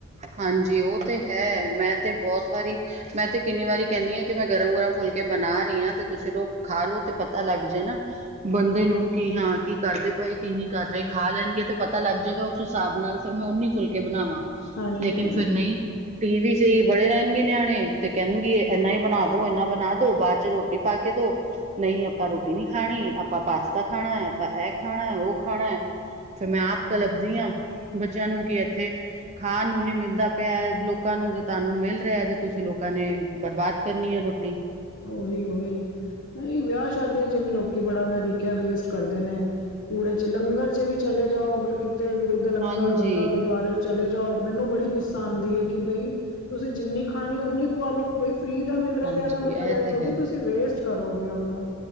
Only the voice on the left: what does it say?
ਹਾਂਜੀ
ਹਾਂਜੀ
ਉਹੀ-ਉਹੀ ਨਈ ਵਿਆਹ ਸ਼ਾਦੀਆਂ ਚ ਵੀ ਲੋਕੀ ਬੜਾ ਮੈਂ ਦੇਖਿਆ ਵੇਸਟ ਕਰਦੇ ਨੇ ਕੂੜੇ ਚ ਲੰਗਰ ਚ ਵੀ ਚਲੇ ਜਾਓ ਅਗਰ ਕਿਤੇ ਗੁਰੂ ਦਾ ਲੰਗਰ
ਹੋਏਗਾ ਗੁਰਦੁਆਰੇ ਚਲੇ ਜਾਓ ਮੈਨੂੰ ਬੜੀ ਗੁੱਸਾ ਆਦੀ ਐ, ਕਿ ਬਈ ਤੁਸੀਂ ਜਿੰਨੀ ਖਾਣੀ ਉਨੀ ਪਆ ਲੋ ਬਈ ਫਰੀ ਦਾ ਮਿਲ ਰਿਹਾ
ਤੇ ਇਹਦਾ ਮਤਲਬ
ਐ
ਥੋੜ੍ਹੀ
ਤੁਸੀਂ ਵੇਸਟ ਕਰੋਗੇ ਉਹਨੂੰ